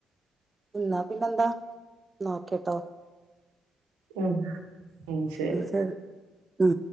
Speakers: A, on the right (about 25°); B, on the right (about 75°).
A: ഇന്നാ പിന്നെ എന്താ ഇന്നാ ഓക്കെട്ടോ
B: ഉം ഉം ശെരി
A: ശരി ഉം